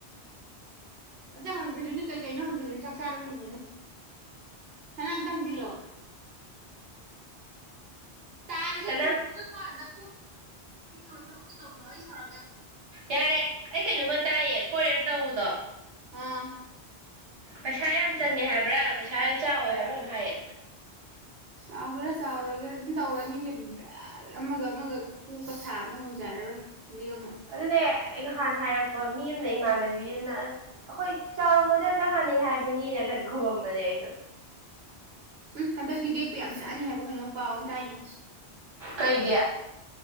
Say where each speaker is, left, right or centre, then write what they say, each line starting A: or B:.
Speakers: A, on the right (about 65°); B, on the right (about 30°).
A: ꯑꯝꯇ ꯍꯪꯖꯤꯜꯂꯨꯅꯦ ꯀꯩꯀꯩꯅꯣ ꯍꯪꯖꯤꯜꯂꯨꯅꯤ ꯆꯥꯛ ꯆꯥꯔꯣ ꯍꯣꯡꯂꯨꯅꯦ ꯁꯅꯥ ꯑꯝꯇ ꯍꯪꯖꯤꯜꯂꯣ ꯇꯥꯔꯒ
B: ꯁꯅꯥ
A: ꯇꯨꯔꯗ ꯀꯔꯗ ꯍꯥꯏ ꯊꯕꯛꯇ ꯇꯧꯅ ꯑꯩ ꯁꯔ
B: ꯌꯥꯔꯦ ꯑꯩ ꯀꯩꯅꯣꯝꯃ ꯇꯥꯏꯌꯦ ꯐꯣꯔꯦꯔ ꯇꯎꯗꯣ
A: ꯎꯝ
B: ꯄꯩꯁꯥ ꯌꯥꯝ ꯆꯪꯉꯦ ꯍꯥꯏꯕ꯭ꯔꯥ ꯄꯩꯁꯥ ꯆꯥꯎꯋꯦ ꯍꯥꯏꯕ꯭ꯔꯥ ꯑꯃꯨꯛ ꯍꯥꯏꯌꯦ
A: ꯆꯥꯎ ꯈꯦꯔ ꯆꯥꯎꯔꯣꯏ ꯈꯔ ꯑꯗꯨꯝ ꯇꯧꯔꯅꯤꯁꯦ ꯑꯃꯒ ꯑꯃꯒ ꯀꯣꯛꯀ ꯁꯥ ꯑꯃ ꯉꯝꯖꯔꯔꯣꯏ ꯖꯤꯒꯃ
B: ꯑꯗꯨꯅꯦ ꯑꯩ ꯅꯍꯥꯟ ꯍꯥꯏꯔꯛꯄ ꯃꯤ ꯑꯃꯅ ꯏꯃꯥꯟꯅꯕꯤ ꯑꯃꯅ ꯑꯩꯈꯣꯏ ꯆꯥꯎꯔꯝꯃꯣꯏꯗ ꯆꯞ ꯃꯥꯟꯅꯩ ꯍꯥꯏꯕꯅꯤꯅꯒꯗꯤ ꯈꯨꯃꯝꯕꯅꯦ ꯑꯩꯁꯨꯣ
A: ꯎꯝ ꯍꯟꯗꯛꯇꯤ ꯕꯦꯒꯄꯨ ꯌꯥꯝ ꯆꯠꯅꯤ ꯍꯥꯏꯕ ꯀꯩꯅꯣ ꯄꯥꯎ ꯑꯃ ꯇꯥꯏꯅꯦ
B: ꯀꯩꯒꯤ